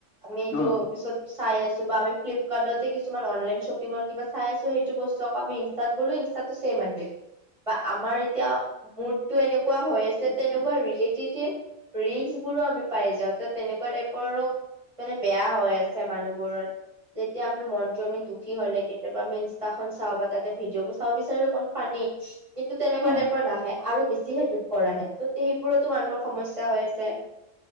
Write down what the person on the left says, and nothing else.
অ',
<unintelligible>
অ',